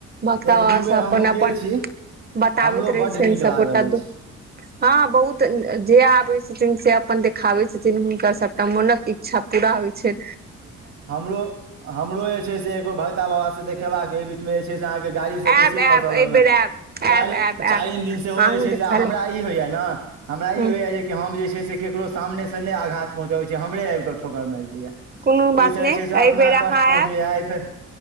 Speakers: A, on the right; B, on the right.
A: भक्त बाबासँ
B: एक दू बेर
A: अपन
B: हमहूँ गेल
A: अपन
B: छी
A: बताबैत
B: हमरो
A: रहै
B: बड्ड
A: छनि
B: नीक
A: सभगोटा
B: लागल अछि
A: दुःख हँ बहुत जे आबै छथिन से अपन देखाबै छथिन हुनकर सभटा मोनक इच्छा पूरा होइ छै
B: हमरो हमरो जे छै से एगो भगता बाबा से देखेबाक बीच मे जे छै से अहा के गाड़ी से
A: आयब
B: बेसी
A: आयब
B: खसलक
A: एहि बेर
B: ने
A: आयब आयब
B: च
A: आयब आयब
B: चारिम दिन सेहो
A: अहूँ
B: जे छै
A: देखा
B: से
A: ले
B: हमरा ई होइया ने हमरा
A: ह
B: ई होइया जे कि हम जे छै से ककरो सामनेसँ नहि आघात पहुँचबै छी हमरे आबि कऽ ठोकर मारि दैए तऽ
A: कोनो बात
B: ओहिसँ
A: नहि
B: जे छै से
A: एहि
B: अपना
A: बेर अहाँ
B: कष्ट पहुँचैए
A: आयब
B: आ फेर